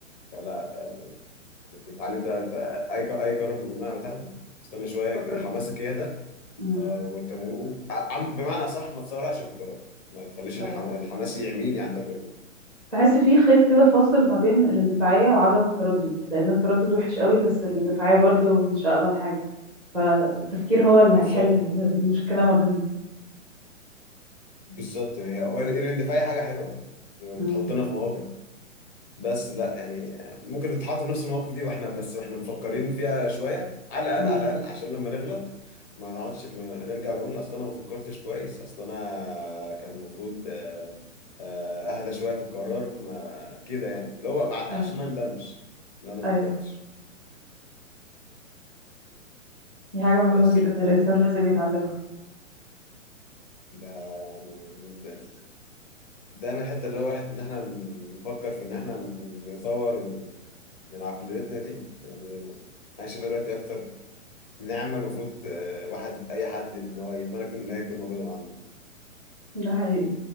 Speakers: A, on the left; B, in the centre.
A: فلا اتعلمت لا، انت اي ق- اي قرار مهما تاخده استنى شويه
B: تفكر
A: حماسك
B: فيه
A: هي ده
B: امم
A: آه، وانت و- عم- بمعنى صح ما تسرعش في القرار ما تخليش الحم...
B: ايوه
A: الحماس يعميني عندك كله
B: تحس في خيط كده فاصل ما بين الاندفاعية وعدم التردد لأن التردد وحش قوي بس الاندفاعية برضو مش أقبل حاجة فالتفكير هو اللي
A: بالظبط
B: هيحل الم- المشكلة ما بينهم
A: بالظبط هي هو الايفنت في اي حاجه حلوه بتحطنا
B: امم
A: في مواقف بس لا يعني ممكن نتحط في نفس المواقف دي واحنا بس واحنا مفكرين فيها شويه على الاقل
B: امم
A: على الاقل عشان لما نغلط ما نقعدش ما نرجع نقول اصل انا ما فكرتش كويس اصل انا كان المفروض آه، آه، اهدى شويه في القرار ما كده يعني اللي هو ع-
B: ايوه
A: عشان ما ندمش ان انا ما
B: أيوة.
A: فكرتش
B: دي حاجة مهمة
A: بس
B: جدا الإنسان
A: ف...
B: لازم يتعلمها
A: ده يعني ده- دايما الحته اللي هو الواحد ان احنا نفكر في ان احنا نطور من عقليتنا دي يعني انا شايفها دلوقتي اكتر نعمه المفروض آه، واحد اي حد ان هو يتمنى يكون ان هي تكون موجوده معانا
B: ده حقيقي